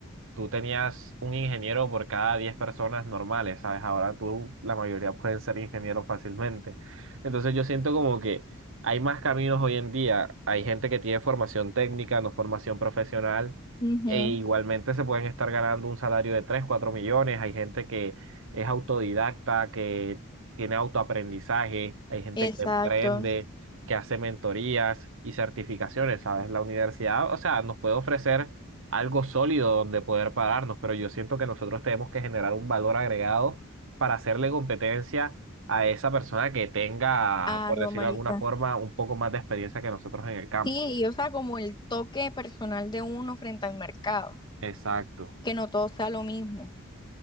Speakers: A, on the right; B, on the left.
A: tú tenías un ingeniero por cada 10 personas normales, ¿sabes? Ahora tú, la mayoría pueden ser ingenieros fácilmente. Entonces yo siento como que hay más caminos hoy en día. Hay gente que tiene formación técnica, no formación profesional,
B: Ujú,
A: e igualmente se pueden estar ganando un salario de tres cuatro millones. Hay gente que es autodidacta, que tiene autoaprendizaje, hay gente
B: Exacto.
A: que emprende. que hace mentorías y certificaciones, ¿sabes? La universidad, o sea, nos puede ofrecer algo sólido donde poder pararnos, pero yo siento que nosotros tenemos que generar un valor agregado para hacerle competencia a esa persona que tenga,
B: Claro,
A: por decirlo
B: marica.
A: de alguna forma, un poco más de experiencia que nosotros en el campo.
B: Sí, y o sea, como el toque personal de uno frente al mercado,
A: Exacto.
B: que no todo sea lo mismo.